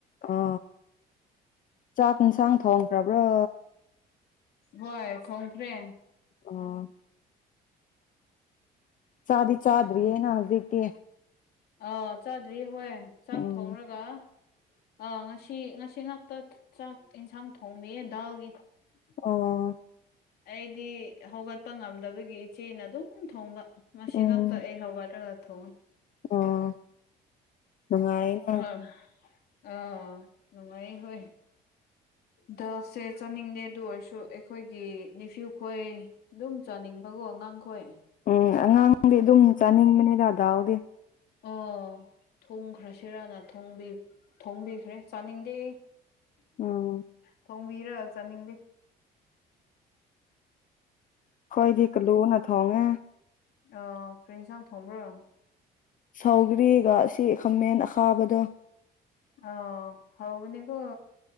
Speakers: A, on the left; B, on the left.
A: ꯑ ꯆꯥꯛ ꯏꯟꯁꯥꯡ ꯊꯣꯡꯈ꯭ꯔꯕ꯭ꯔꯥ
B: ꯍꯣꯏ ꯊꯣꯡꯈ꯭ꯔꯦ
A: <unintelligible> ꯆꯥꯗꯤ ꯆꯥꯗ꯭ꯔꯤ ꯌꯦꯅ ꯍꯧꯖꯤꯛꯇꯤ
B: ꯑꯥ ꯆꯥꯗ꯭ꯔꯤ ꯍꯣꯏ ꯆꯥꯛ
A: ꯎꯝ
B: ꯊꯣꯡꯔꯒ ꯑꯥ ꯉꯁꯤ ꯉꯁꯤ ꯉꯥꯛꯇ ꯆꯥꯛ ꯏꯟꯁꯥꯡ ꯊꯣꯡꯕꯤꯌꯦ ꯗꯥꯜꯒꯤ
A: ꯑꯣ
B: ꯑꯩꯗꯤ ꯍꯧꯒꯠꯄ ꯉꯝꯗꯕꯒꯤ ꯏꯆꯦꯅ ꯑꯗꯨꯝ ꯊꯣꯡꯕ ꯃꯁꯤ
A: ꯎꯝ
B: ꯉꯛꯇ ꯑꯩ ꯍꯧꯒꯠꯂꯒ ꯊꯣꯡꯎ
A: ꯑꯣ ꯅꯨꯡꯉꯥꯏꯅ
B: ꯑ ꯑ ꯅꯨꯡꯉꯥꯏ ꯍꯣꯏ ꯗꯥꯜꯁꯦ ꯆꯅꯤꯡꯗꯦ ꯑꯗꯨ ꯑꯣꯏꯔꯁꯨ ꯑꯩꯈꯣꯏꯒꯤ ꯅꯤꯐ꯭ꯌꯨ ꯈꯣꯏ ꯗꯨꯝ ꯆꯥꯅꯤꯡꯕꯀꯣ ꯉꯥꯡꯈꯣꯏ
A: ꯎꯝ ꯑꯉꯥꯡꯗꯤ ꯑꯗꯨꯝ ꯆꯥꯅꯤꯡꯕꯅꯤ ꯗꯥꯗꯥꯎꯗꯤ
B: ꯑꯣ ꯊꯣꯡꯈ꯭ꯔꯁꯤꯔꯅ ꯊꯣꯡꯕꯤꯈ꯭ꯔꯦ ꯆꯥꯅꯤꯡꯗꯦ
A: ꯎꯝ
B: ꯊꯣꯡꯕꯤꯔꯒ ꯆꯥꯅꯤꯡꯗꯦ
A: ꯈꯣꯏꯗꯤ ꯀꯂꯨꯅ ꯊꯣꯡꯉꯦ
B: ꯑꯣ ꯀꯔꯤ ꯏꯟꯁꯥꯡ ꯊꯣꯡꯕ꯭ꯔ
A: ꯁꯥꯎꯒ꯭ꯔꯤꯒ ꯁꯤ ꯈꯥꯃꯦꯟ ꯑꯈꯥꯕꯗꯣ
B: ꯑꯣ ꯍꯧꯕꯅꯦꯀꯣ